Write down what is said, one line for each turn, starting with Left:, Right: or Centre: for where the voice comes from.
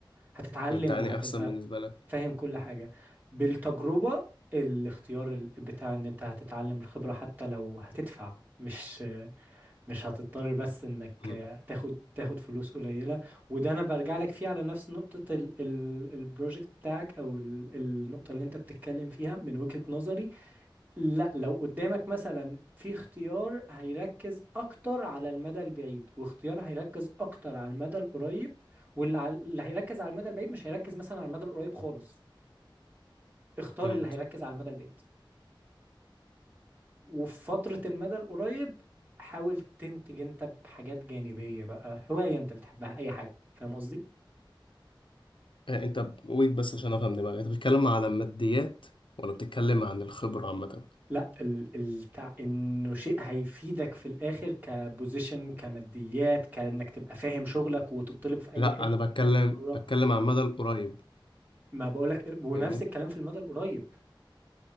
Right: هتتعلم
Left: انت يعني
Right: وهتبقى
Left: احسن بالنسبه لك
Right: فاهم كل حاجة بالتجربة الاختيار ال- بتاع ان انت هتتعلم الخبرة حتى لو هتدفع مش مش هتضطر بس انك
Left: مم.
Right: تاخد تاخد فلوس قليلة وده انا برجع لك فيه على نفس نقطة ال ال البروجكت بتاعك او ال النقطة اللي انت بتتكلم فيها من وجهة نظري لا لو قدامك مثلا في اختيار هيركز اكتر على المدى البعيد واختيار هيركز اكتر على المدى القريب واللي على- اللي هيركز على المدى البعيد مش هيركز مثلا على المدى القريب خالص اختار
Left: فهمت
Right: اللي هيركز على المدى البعيد وفي فترة المدى القريب حاول تنتج انت بحاجات جانبية بقى هواية انت بتحبها اي حاجة فاهم قصدي؟
Left: آه، انت ب- ويت بس عشان افهم دماغي انت بتتكلم على الماديات ولا بتتكلم عن الخبره عامه
Right: لا ال ال انه شيء هيفيدك في الاخر كبوزيشن كماديات كانك تبقى فاهم شغلك وتطلب في اي
Left: لا
Right: حتة
Left: انا بتكلم
Right: هنا او بره
Left: بتكلم عن المدى القريب
Right: ما بقولك ونفس
Left: فاهمني
Right: الكلام في المدى القريب